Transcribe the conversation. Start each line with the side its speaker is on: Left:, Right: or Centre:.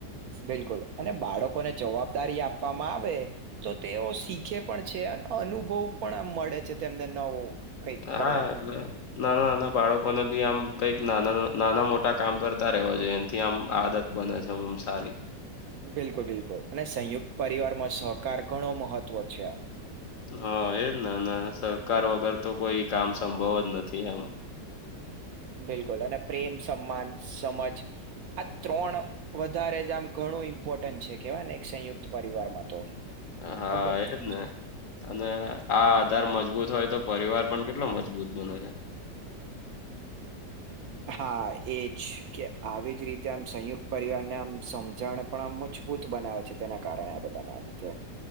Right: બિલકુલ અને બાળકોને જવાબદારી આપવામાં આવે તો તેઓ શીખે પણ છે અને અનુભવ પણ આમ મળે છે તેમને નવો કઈક
Left: હા
Right: કરવાનું
Left: ને નાના નાના બાળકોને બી આમ કંઈક નાના નાના મોટા કામ કરતા રેવા જોઈએ એનાથી આમ આદત બને છે એમ સારી
Right: બિલકુલ બિલકુલ અને સંયુક્ત પરિવારમાં સહકાર ઘણો મહત્વ છે.
Left: હા એજ ને અને સરકાર વગર તો કોઈ કામ સંભવ જ નથી એમ.
Right: બિલકુલ અને પ્રેમ સમાન સમજ આ ત્રણ વધારે જ આમ ઘણું ઇમ્પોર્ટન્ટ છે કેવા ને એક સંયુક્ત પરિવારમાં તો
Left: હા
Right: અગત્ય
Left: એજ ને અને આ આધાર મજબૂત હોય તો પરિવાર પણ કેટલો મજબૂત બને છે.
Right: હા એજ કે આવી જ રીતે આમ સંયુક્ત પરિવારને આમ સમજણ પણ આ મજબૂત બનાવે છે તેના કારણે આ બધા ના લીધે